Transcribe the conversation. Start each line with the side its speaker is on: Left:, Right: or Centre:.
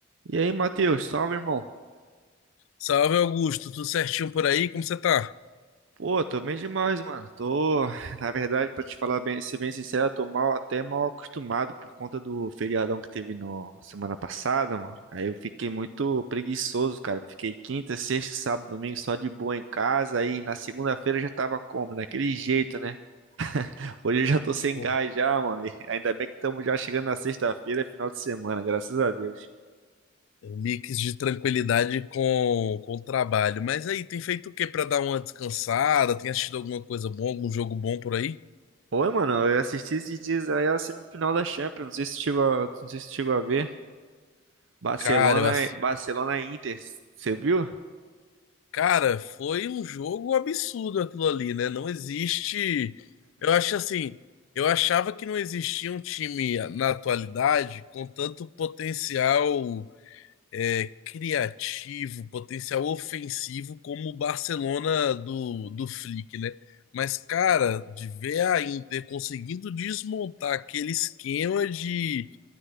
Right: E aí, Matheus, salve, irmão.
Left: Salve Augusto, tudo certinho por aí? Como você tá?
Right: Pô, tô bem demais, mano. Tô, na verdade, pra te falar bem, ser bem sincero, eu tô mal, até mal acostumado por conta do feriadão que teve no semana passada, mano. Aí eu fiquei muito preguiçoso, cara. Fiquei quinta, sexta, sábado, domingo só de boa em casa. Aí na segunda-feira eu já tava como? Daquele jeito, né? Hoje eu já tô sem
Left: Pô,
Right: gás já, mano. E ainda bem que estamos já chegando na sexta-feira, final de semana, graças a Deus.
Left: é um mix de tranquilidade com, com o trabalho. Mas aí, tem feito o que pra dar uma descansada? Tem assistido alguma coisa boa, algum jogo bom por aí?
Right: Oi, mano, eu assisti esses dias aí a semifinal da Champions, não sei se tu chegou a, não sei se tu chegou a ver. Barcelona,
Left: Cara, eu assi-
Right: Barcelona e Inter, você viu?
Left: cara, foi um jogo absurdo aquilo ali, né? Não existe. Eu acho assim, eu achava que não existia um time na atualidade com tanto potencial é, criativo, potencial ofensivo como o Barcelona do, do Flick, né? Mas, cara, de ver a Inter conseguindo desmontar aquele esquema de,